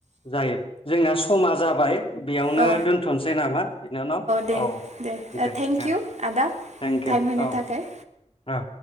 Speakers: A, on the left; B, on the right.
A: जायो जोंना समा जाबाय बेयावनो
B: औ
A: दोनथ'सै नामा बिनानाव
B: दे
A: औ दे
B: थेंक
A: थेंकिउ
B: इउ आदा टाइम होनो
A: औ
B: थाखाय
A: औ।